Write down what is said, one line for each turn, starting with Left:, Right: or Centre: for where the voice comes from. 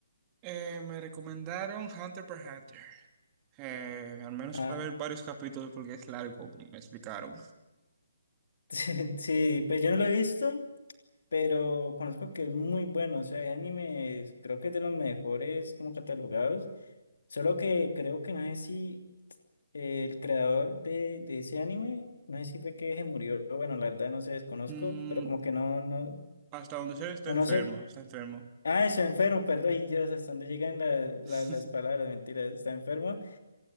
Right: Eh, me recomendaron Hunter x Hunter. Eh, al menos
Left: Ah,
Right: para ver varios capítulos porque es largo, me explicaron.
Left: <laughs> sí, pues yo no lo he visto. pero conozco que es muy bueno, o sea, hay animes, creo que es de los mejores como catalogados, solo que creo que no sé si eh, el creador de, de ese anime, no sé si fue que se murió, bueno, la verdad no sé, desconozco,
Right: Mm,
Left: pero como que no, no,
Right: hasta donde sé está
Left: o
Right: enfermo,
Left: no sé,
Right: está enfermo.
Left: ah, está enfermo, perdón, y Dios, hasta dónde llegan la- la-
Right: <laughs>
Left: las palabras, mentiras, está enfermo,